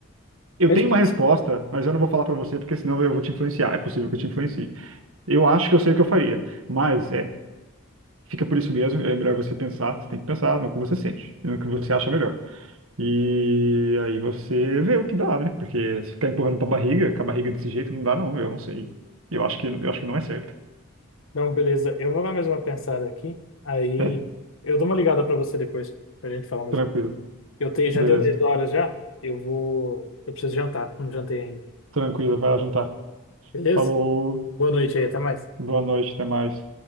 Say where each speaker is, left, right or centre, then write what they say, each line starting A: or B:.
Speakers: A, on the right; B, on the left.
A: Eu
B: É
A: tenho
B: difícil.
A: uma resposta, mas eu não vou falar para você porque senão eu vou te influenciar. É possível que eu te influencie. Eu acho que eu sei o que eu faria, mas é. fica por isso mesmo. É melhor você pensar, você tem que pensar no que você sente, e no que você acha melhor. E aí você vê o que dá, né? Porque se ficar empurrando pra barriga, com a barriga desse jeito, não dá, não. Eu não sei. Eu acho que, eu acho que não é certo.
B: Não, beleza. Eu vou dar mais uma pensada aqui. Aí
A: É,
B: eu dou uma ligada pra você depois, pra gente falar mais
A: tranquilo.
B: um pouco. Eu tenho, já
A: Beleza.
B: deu 10 horas já. Eu vou, eu preciso jantar. Não jantei ainda.
A: Tranquilo, vai lá jantar.
B: Beleza?
A: Falou,
B: Boa noite aí, até mais.
A: boa noite, até mais.